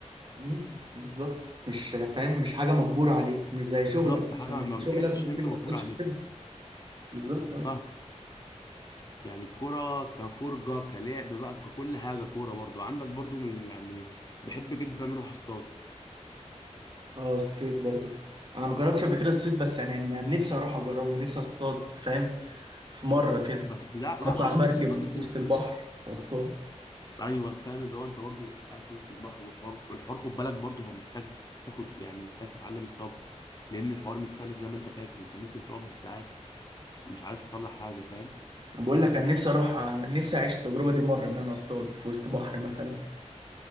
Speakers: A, on the right; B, on the left.
A: مم، بالظبط مش فاهم مش حاجه مجبوره عليك مش زي شغلك
B: بالظبط
A: مثلا
B: حاجه ما بتحسش
A: شغلك ممكن
B: ان انت
A: ما
B: مجبور
A: تكونش
B: عليها
A: بتحبه بالظبط اه
B: فاهم يعني الكرة كفرجة كلعب بقى ككل حاجة كورة برضو عندك برضو من يعني بحب جدا ان اروح اصطاد
A: اه الصيد برضو انا ما جربتش قبل كده الصيد بس يعني انا نفسي اروح اجربه ونفسي اصطاد فاهم في مره كده
B: بس لا لا
A: اطلع
B: عشان
A: مركب
B: تصطاد لازم
A: في وسط البحر واصطاد
B: ايوه فاهم اللي هو انت برضو قاعد في وسط البحر والحوار والحوار خد بالك برضو هو محتاج تاخد يعني محتاج تتعلم الصبر لان الحوار مش سهل زي ما انت فاكر انت ممكن تقعد بالساعات مش مش عارف تطلع حاجه فاهم
A: أنا بقول لك انا نفسي اروح انا نفسي اعيش التجربه دي مره ان انا اصطاد في وسط بحر مثلا